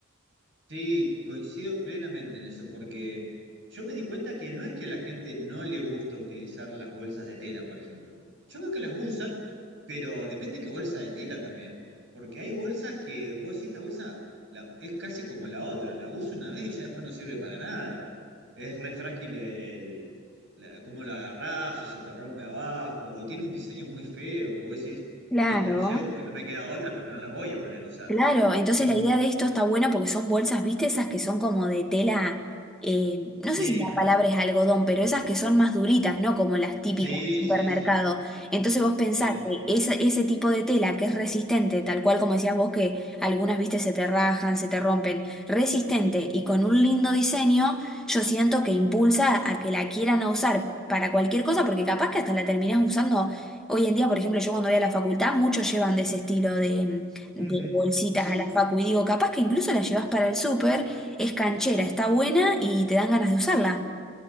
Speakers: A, on the right (about 60°); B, in the centre.
A: Sí, coincido plenamente en eso, porque yo me di cuenta que no es que la gente no le gusta utilizar las bolsas de tela, por ejemplo. Yo veo que las usan, pero depende qué bolsa de tela también. Porque hay bolsas que vos decís, esta bolsa la- es casi como la otra, la uso una vez y ya después no sirve para nada. Es re frágil el, la- cómo la agarrás o se te rompe abajo, o tiene un diseño muy feo que vos decís,
B: Claro.
A: "Está bien, la llevo porque no me queda otra, pero no la voy a volver a usar.
B: Claro, entonces
A: En-
B: la idea de esto está buena porque son bolsas, ¿viste? Esas que son como de tela, eh, no
A: Sí.
B: sé si la palabra es algodón, pero esas que son más duritas, ¿no? Como las típicas
A: Sí,
B: del supermercado.
A: sí, sí,
B: Entonces vos pensás
A: sí.
B: que ese, ese tipo de tela que es resistente, tal cual como decías vos que algunas, viste, se te rajan, se te rompen, resistente y con un lindo diseño, yo siento que impulsa a que la quieran a usar para cualquier cosa porque capaz que hasta la terminás usando. Hoy en día, por ejemplo, yo cuando voy a la facultad, muchos llevan de ese estilo de
A: Ujú.
B: de bolsitas
A: Sí,
B: a la facu y digo, capaz que incluso la llevas para el súper, es canchera, está buena y te dan ganas de usarla.